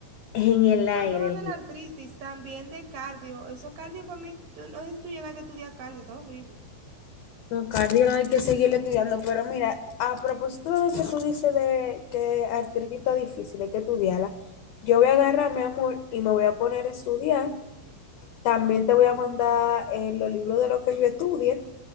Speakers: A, on the left; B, on the right.
A: en el aire.
B: No solo de la artritis, también de cardio. Eso cardio para mí, tú- no sé si tú llegaste a estudiar cardio, está horrible.
A: No, cardio hay que seguir estudiando, pero mira, a propósito de lo que tú dices de que artritis está difícil, hay que estudiarla, yo voy a agarrar, mi amor, y me voy a poner a estudiar. También te voy a mandar eh, los libros de lo que yo estudie